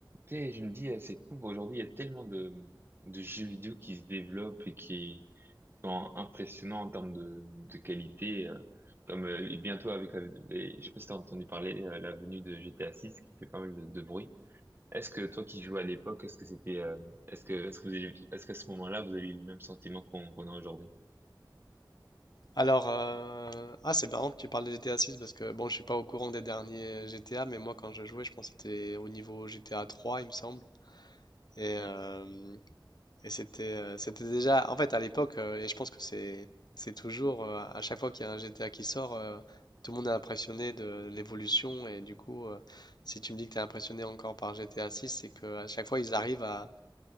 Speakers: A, on the right; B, on the left.
A: Tu sais, je me dis, euh, c'est fou, aujourd'hui, il y a tellement de, de jeux vidéo qui se développent et qui sont impressionnants en termes de, de qualité. euh, comme euh, et bientôt avec, la, les, je sais pas si t'as entendu parler, euh, la venue de GTA 6 qui fait pas mal de, de bruit. Est-ce que toi qui jouais à l'époque, est-ce que c'était, euh, est-ce que, est-ce que vous avez, est-ce qu'à ce moment-là, vous avez eu le même sentiment qu'on qu'on a aujourd'hui?
B: Alors, euh, ah, c'est marrant que tu parles de GTA 6 parce que bon, je suis pas au courant des derniers GTA, mais moi quand je jouais, je pense que c'était au niveau GTA 3, il me semble. Et,
A: Ok.
B: euh, et c'était euh, c'était déjà, en fait, à l'époque, euh, et je pense que c'est c'est toujours, euh, à chaque fois qu'il y a un GTA qui sort, euh, tout le monde est impressionné de l'évolution. Et du coup, euh, si tu me dis que tu es impressionné encore par GTA 6, c'est que à chaque fois, ils arrivent à,